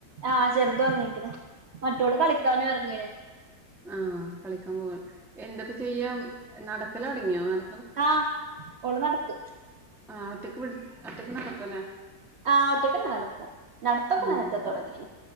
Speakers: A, on the right; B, in the centre.
A: ആഹ് ചെറുത് ഉറങ്ങീക്ക്ണ് മറ്റോള് കളിക്കാനും ഇറങ്ങീണ്.
B: ആഹ കളിക്കാൻ പോ എന്തപ്പ ചെയ്യാ നടക്കൽ തുടങ്ങിയോ നട
A: ആഹ ഓള് നടക്കും.
B: ആഹ് ഒറ്റയ്ക്ക് ഒറ്റയ്ക്ക് നടക്കുല്ലേ.
A: ആ ഒറ്റക്ക് നടക്കും നടത്തക്കെ
B: ആഹ്
A: നേരത്തെ
B: ശരി.
A: തുടങ്ങി